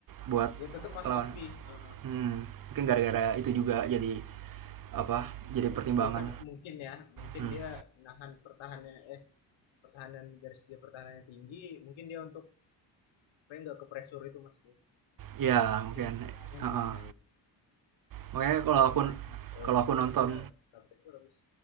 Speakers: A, on the right; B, on the left.
A: buat
B: Ya tetap Mas
A: lawan
B: pasti. Eh,
A: hmm, mungkin gara-gara itu juga jadi apa jadi
B: dia,
A: pertimbangan
B: dia kan mungkin ya, mungkin
A: hmm.
B: dia nahan pertahanan eh pertahanan garis dia pertahanannya tinggi, mungkin dia untuk supaya nggak ke pressure itu Mas dia.
A: ya
B: Mungkin
A: mungkin
B: pertahanan
A: Heeh.
B: dia lebih naik.
A: makanya
B: Kalau
A: kalau
B: dia
A: aku
B: pertahanan terlalu
A: kalau
B: mundur,
A: aku nonton
B: dia ke pressure habis.